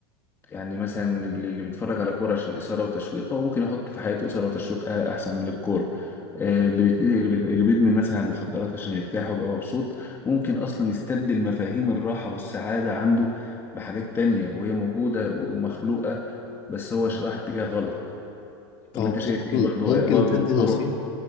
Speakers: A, on the left; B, on the left.
A: يعني مثلا اللي اللي بيتفرج على كوره عشان اثاره وتشويق هو ممكن يحط في حياته اثاره وتشويق أ- احسن من الكوره آه، اللي بيت- اللي بيت- اللي بيدمن مثلا مخدرات عشان يرتاح ويبقى مبسوط ممكن اصلا يستبدل مفاهيم الراحه والسعاده عنده بحاجات تانية وهي موجوده ومخلوقه بس هو راح اتجاه غلط
B: طب
A: ولا انت شايف
B: ممكن
A: ايه برضو
B: ممكن
A: آه، برضو
B: تدي
A: الطرق
B: نصيحة